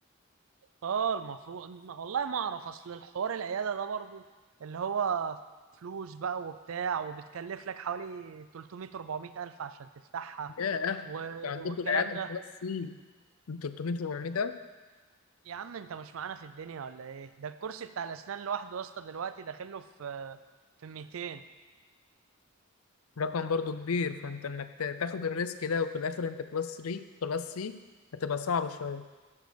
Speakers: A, on the right (about 70°); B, on the left (about 80°).
A: اه المفروض ما- والله ما اعرف اصل الحوار العياده ده برضو اللي هو فلوس بقى وبتاع وبتكلف لك حوالي 300 400 الف عشان تفتحها
B: ياه
A: و...
B: انت عندكم
A: والكلام
B: العيال
A: ده
B: كلاس سي من 300 400 الف
A: يا عم انت مش معانا في الدنيا ولا ايه ده الكرسي بتاع الاسنان لوحده يا اسطى دلوقتي داخله في في 200
B: رقم برضو كبير فانت انك تا- تاخد الريسك ده وفي الاخر انت كلاس 3 كلاس سي هتبقى صعبه شويه